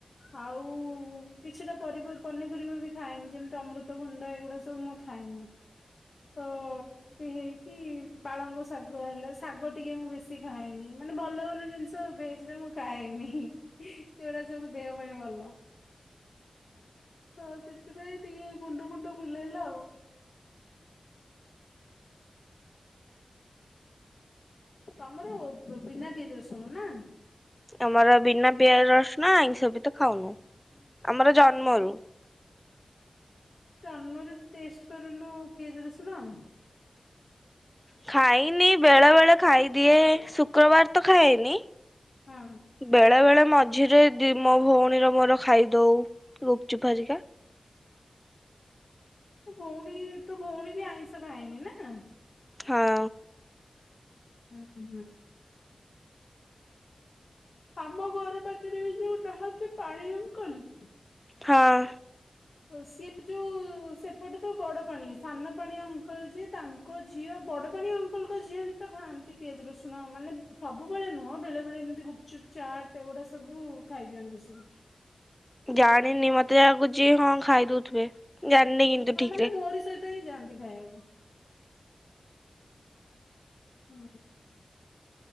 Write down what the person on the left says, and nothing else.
ଆଉ କିଛିଟା ପନିପରିବା ବି ଖାଏନି ଯେମିତି ଅମୃତଭଣ୍ଡା ଏଗୁଡା ସବୁ ମୁଁ ଖାଏନି ତ ଏମିତି ହେଇକି। ପାଳଙ୍ଗ ଶାଗ ହେଲା। ଶାଗ ଟିକେ ମୁଁ ବେଶୀ ଖାଏନି। ମାନେ ଭଲ ଭଲ ଜିନିଷ ବେଜରେ ମୁଁ ଖାଇନି ସେଗୁଡା ସବୁ ଦେହ ପାଇଁ ଭଲ। ତ ସେଥିପାଇଁ ଟିକେ ମୁୁଣ୍ଡ ଫୁଣ୍ଡ ବୁଲେଇଲା ଆଉ। ତମର ବିନା ପିଆଜ ରଶୁଣ ନା
ଜନ୍ମରୁ ଟେଷ୍ଟ କରିନୁ ପିଆଜ ରସୁଣ ଆ।
ହଁ
ଭଉଣୀ ତ ଭଉଣୀ ବି ଆଇଁଷ ଖାଇନି ନା।
ହୁଁ ହଁ ଆମ ଘର ପ ବି ରାହା ପାଣି ଅଙ୍କଲ
ସିଏ ଯୋଉ ସେପଟେ ତ ବଡ ପାଣି ସାନ ପାଣି ଅଙ୍କଲ ଯିଏ ତାଙ୍କ ଝିଅ ବଡ ପାାଣି ଅଙ୍କଲଙ୍କ ଝିଅ ବି ତ ଖାଆନ୍ତି ପିଆଜ ରସୁଣ ମାନେ ସବୁବେଳେ ନୁହଁ ବେଳେ ବେଳେ ଏମତି ଗୁପଚୁପ ଚାଟ ଏଗୁଡା ସବୁ ଖାଇଦିଅନ୍ତି ସି
ହଁ
ମାନେ
ମୋହରି ସହିତ ହିଁ ଯାଆନ୍ତି ଖାଇବାକୁ। ହଁ